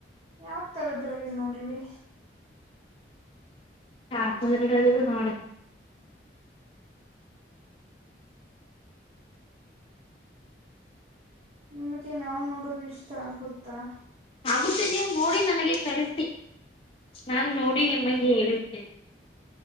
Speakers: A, on the right; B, on the left.
A: ಯಾವ್ ತರದ್ರಲ್ಲಿ ನೋಡ್ಲಿ
B: <unintelligible> ನೋಡಿ
A: ನಿಮಗೆ ನಾವು ನೋಡೋದು ಇಷ್ಟ ಆಗುತ್ತಾ
B: ಆಗುತ್ತೆ ನೀವು ನೋಡಿ ನನಗೆ ಕಳಿಸಿ ನಾನ್ ನೋಡಿ ನಿಮಗೆ ಹೇಳುತ್ತೇನೆ